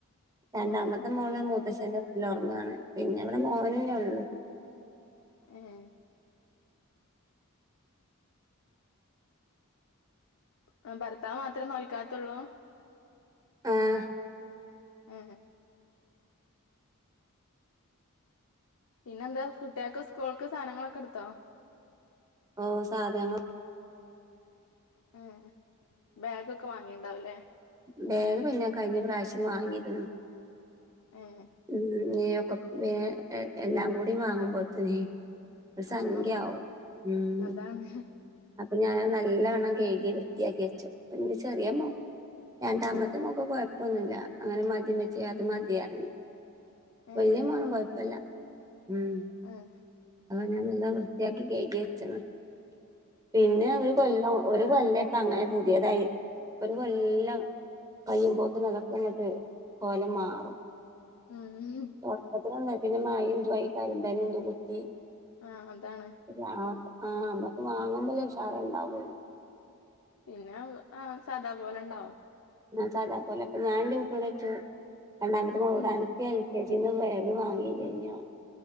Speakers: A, on the right; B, on the left.
A: രണ്ടാമത്തെ
B: ഏഹ്
A: മോള് മൂത്തശ്ശന്റെ <unintelligible> ഒർങ്ങാണ്. പിന്നെ വെടെ മോനെന്നെള്ളു.
B: ഏഹ്. അഹ്‌ ഭർത്താവ് മാത്രം നോൽക്കാത്തൊള്ളൂ?
A: ആഹ്.
B: ഏഹെ പിന്നെ ന്താ കുട്ട്യേക്ക് സ്കൂൾക്ക് സാനങ്ങളൊക്കെടുത്തോ?
A: ഓഹ് സാധനങ്ങ
B: ഏഹ് ബേഗൊക്കെ വാങ്ങിണ്ടാവുല്ലേ?
A: ബേഗ് പിന്ന കഴിഞ്ഞ പ്രാവ്ശ്യം വാങ്ങിരുന്നു.
B: ഏഹ്
A: ഉം ഞ്ഞിയൊക്കെ വേം എ എല്ലാം കൂടി വാങ്ങുമ്പോത്തിനെ ഒരു സംഗ്യാവും
B: ആഹ്
A: ഉം
B: അതാണ്
A: അപ്പൊ ഞാന നല്ലവണ്ണം കയ്കി വൃ ത്ത്യാക്കി വെച്ചു ന്റെ ചെറിയ മോ രണ്ടാമത്തെ മോക്ക് കൊയപ്പൊന്നുല്ല. അങ്ങനെ മതി മ്മച്ചിയെ അത് മതി അർയു.
B: ഏഹ്
A: വല്യ മോനും കൊയപ്പല്ല. ഉം.
B: ഏഹ്.
A: അതൊ ഞാനെല്ലാം വൃത്തിയാക്കി കെയ്കി വെച്ചതാ. പിന്നെ
B: ഏഹ്
A: ഒരു കൊല്ലം ഒരു കൊല്ല പ്പങ്ങനെ പുതിയതായി ഒരു കൊല്ലം കയ്യുമ്പോത്തിന് അതൊക്കെങ്ങട്ട് കോലം മാറും.
B: ഊം ഹും
A: തൊടക്കത്തി <unintelligible> പിന്നെ മയ ന്തു ആയി കരിമ്പനു ന്തു കുത്തി
B: ആഹ് അതാണ്.
A: ആഹ് ആഹ് അമ്മക്ക് വാങ്ങുമ്പല്ലെ ഷാറു ണ്ടാവുള്ളൂ.
B: പിന്നഅ ആ സാദാ പോലെണ്ടാവും.
A: ആഹ് സാദാ പോലെക്കെ ഞാൻന്റെ കുട്ടിനോടൊയ്ച്ചു രണ്ടാമത്തെ മോളോട്
B: ഉം
A: അൻ ക്കെൽ കെ ജിന്ന് ബേഗ് വാങ്ങില്ലെയ്ഞ്ഞോ